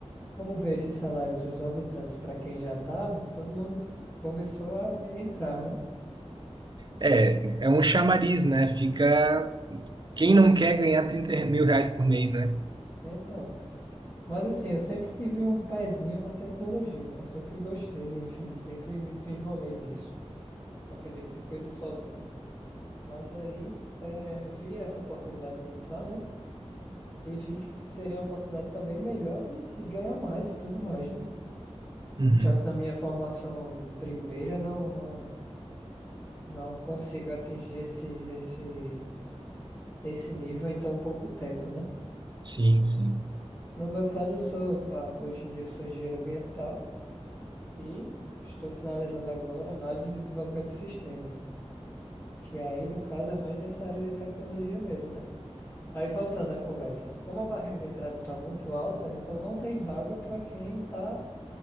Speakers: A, on the left; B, on the right.
A: Como veio esses salários exorbitantes para quem já estava, todo mundo começou a me- entrar, né?
B: É, é um chamariz, né? Fica... Quem não quer ganhar 30 mil reais por mês, né?
A: Então, mas assim, eu sempre tive um pezinho na tecnologia, né? Eu sempre gostei, enfim, sempre me desenrolei nisso. Aprendi muita coisa sozinho. Mas aí eh, vi essa oportunidade de entrar, né? E vi que seria uma oportunidade também melhor de, de ganhar mais e tudo mais, né?
B: Uhum.
A: Já que na minha formação primeira não não não consigo atingir esse esse esse nível em tão pouco tempo, né?
B: Sim, sim.
A: No meu caso, eu sou ah, hoje em dia eu sou engenheiro ambiental e estou finalizando agora análise e desenvolvimento de sistemas, que aí no caso é mais essa área de tecnologia mesmo, né? Aí voltando à conversa. Como a barreira de entrada está muito alta, então não tem vaga para quem está